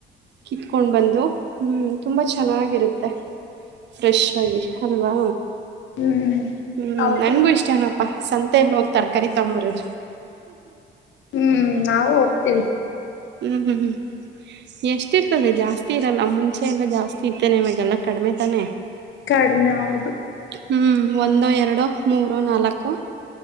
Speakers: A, on the right (about 60°); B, on the left (about 75°).
A: ಕಿತ್ಕೊಂಡ್ ಬಂದು ಹ್ಮ್ ತುಂಬ ಚೆನ್ನಾಗಿರುತ್ತೆ ಫ್ರೆಶ್ ಆಗಿ ಅಲ್ವಾ
B: ಹ್ಮ್
A: ಹ್ಮ್
B: ಹೌದು
A: ನನ್ಗೂ ಇಷ್ಟೇನಪ್ಪಾ ಸಂತೆ ಹೋಗ್ ತರಕಾರಿ ತೊಂಬರದು
B: ಹ್ಮ್ ನಾವು ಹೋಗ್ತಿವಿ
A: ಹ್ಮ್ ಹ್ಮ್ ಹ್ಮ್ ಎಷ್ಟಿ ಇರ್ತದೆ ಜಾಸ್ತಿ ಇರಲ್ಲ ಮುಂಚೆ ಎಲ್ಲಾ ಜಾಸ್ತಿ ಸಿತೇನೆ ನಿಮಾಗೆಲ್ಲ ಕಡಿಮೆ ತಾನೆ
B: ಕಡಿಮೆ ಹೌದು
A: ಹ್ಮ್ ಒಂದು ಎರಡು ಮೂರು ನಾಲ್ಕು